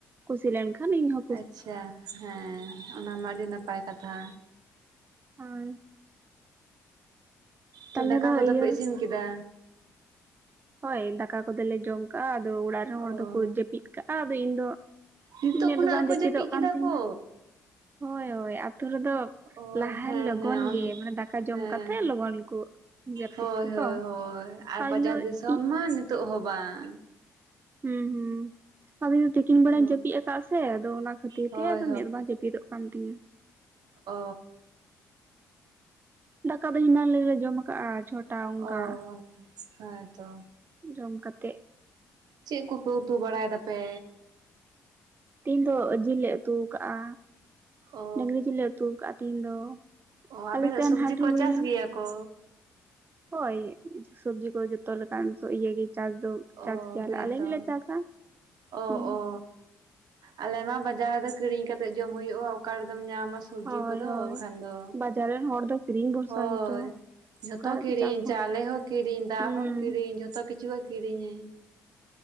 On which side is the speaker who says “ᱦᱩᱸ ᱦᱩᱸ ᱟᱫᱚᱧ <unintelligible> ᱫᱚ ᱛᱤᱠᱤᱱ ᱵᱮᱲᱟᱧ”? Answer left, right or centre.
Right